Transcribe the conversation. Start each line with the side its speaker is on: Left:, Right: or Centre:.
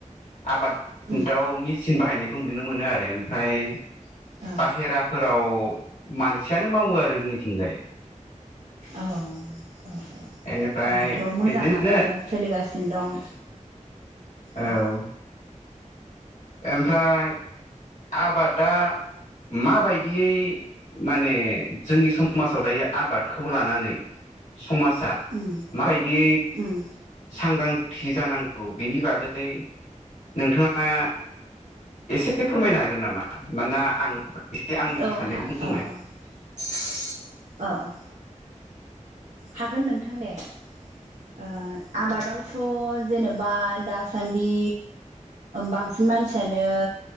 Left: आबादाव
Right: उम
Left: मेसिन बाहायनाय खौ नुनो मोनो आरो ओमफ्राय
Right: औ
Left: बाहेराफोराव मानसियानो मावो आरो जोंनिथिंजाय
Right: औ-औ होनबाथ'
Left: बेनिफ्राय
Right: मोजाङानो
Left: बिदिनो
Right: सोलिगासिनो दं
Left: औ
Right: उम
Left: ओमफ्राय आबादा माबायदियै माने जोंनि समाजाव दायो आबादखौ लानानै समाजा
Right: उम
Left: माबायदि
Right: उम
Left: सांग्रांथि जानांगौ बेनि बागै नोंथाङा एसे फोरमायनो हागोन नामा मानोना आं एसे आंनि
Right: औ
Left: साननायखौ
Right: हा
Left: बुंनो
Right: अ-अ-अ-अ हागोन नोंथां दे ओ आबादावथ' जेनेबा दासान्दि बांसिन मानसियानो